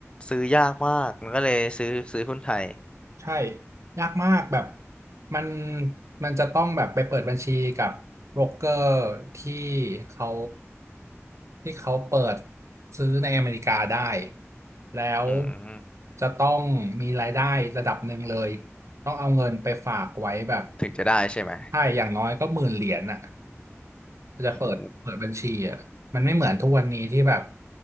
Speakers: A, on the left (about 20°); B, on the right (about 75°).
A: ซื้อยากมากมันก็เลยซื้อซื้อหุ้นไทย
B: ใช่ยากมากแบบมันมันจะต้องแบบไปเปิดบัญชีกับโบรกเกอร์ที่เขาที่เขาเปิดซื้อในอเมริกาได้แล้ว
A: อืม
B: จะต้องมีรายได้ระดับหนึ่งเลยต้องเอาเงินไปฝากไว้แบบ
A: ถึงจะได้ใช่ไหม
B: ใช่อย่างน้อยก็หมื่นเหรียญอ่ะจะเปิดเปิดบัญชีอ่ะมันไม่เหมือนทุกวันนี้ที่แบบ
A: โอ้โห